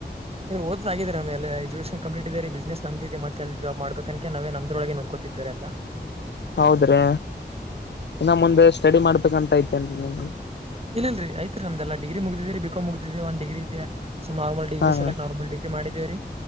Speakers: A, on the right (about 35°); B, on the left (about 85°).
A: ಇ ಓದ್ ಆಗಿದ್ರ ನಮ್ ಎಲ್ಲ ಎಜುಕೇಶನ್ ಕಂಪ್ಲೀಟ್ ಇದೇರಿ ಬಿಸ್ನೆಸ್ ನಮ್ದೇ ಇದೆ ಮತ್ತೆಲ್ಲ ಜಾಬ್ ಮಾಡ್ಬೇಕ ಅನ್ಕೆ ನಾವೇ ನಮ್ದ್ರೊಳಗೆ ನೋಡ್ಕೋತಿದೇವರೆಲ್ಲ.
B: ಹೌದ್ರಿ ಇನ್ನ ಮುಂದೆ ಸ್ಟಡಿ ಮಾಡ್ಬೇಕಂತ ಐತೆನ್ರಿ ನಿಮಗ.
A: ಇಲ್ಲಲ್ರಿ ಐತ್ರಿ ನಮ್ದೆಲ್ಲ ಡಿಗ್ರಿ ಮುಗಿದಿದೆರಿ ಬಿಕಾಂ ಮುಗಿದಿದೆ ಒಂದ್ ಡಿಗ್ರಿ ಇದೆ. ಸೊ ನಾರ್ಮಲ್ ಡಿಗ್ರಿ
B: ಹಾ
A: ಸಲ್ಯಕ್
B: ಹಾ
A: ನಾರ್ಮಲ್ ಡಿಗ್ರಿ ಮಾಡಿದೆವ್ರಿ